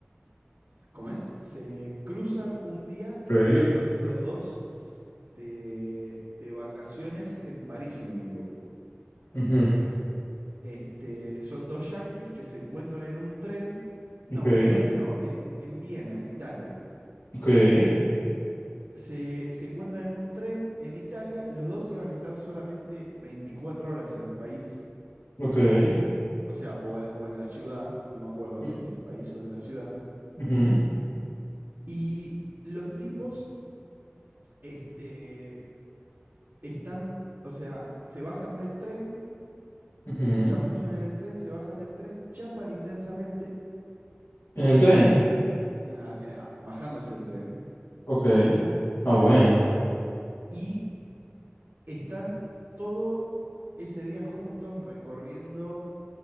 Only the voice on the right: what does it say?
¿cómo es? Se cruzan un día que
están lo- los dos de, de vacaciones en París, si no me equivoco.
Este, son dos yanquis que se encuentran en un tren. No,
en París no, en, en Viena, en Italia.
se, se encuentran en un tren en Italia. Los dos iban a estar solamente 24 horas en el país,
o sea, o, en- o en la ciudad, no me acuerdo
si en el país o en la ciudad.
Y los tipos este, están, o sea, se bajan del tren,
se chamullan en el tren, se bajan del tren, chapan intensamente,
en la, eh, ah, bajándose del tren,
y están todo ese día juntos recorriendo